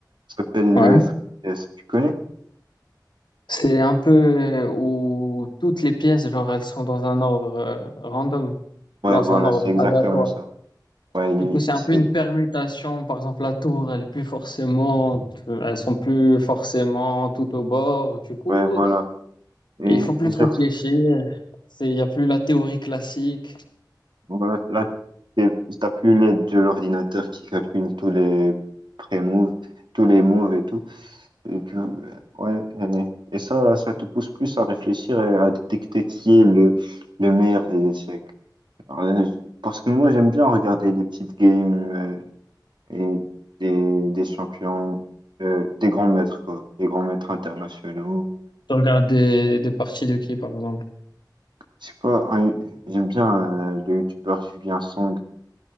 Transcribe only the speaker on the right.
Ça s'appelle
le Three Chess. Tu connais?
Ouais,
voilà,
c'est exactement
ça. Ouais, il-
c'est,
ouais, voilà. Et,
et je
Voilà, là, t'es- t'as plus l'aide de l'ordinateur qui calcule tous les pré-moves, tous les moves et tout. Et tu- ouais, allez. et ça, ça te pousse plus à réfléchir et à détecter qui est le, le meilleur des échecs. Alors, euh, Parce que moi, j'aime bien regarder des petites games euh, et des, des champions, euh, des grands maîtres, quoi, des grands maîtres internationaux.
Je sais pas, un- j'aime bien euh, le youtubeur Julien Song.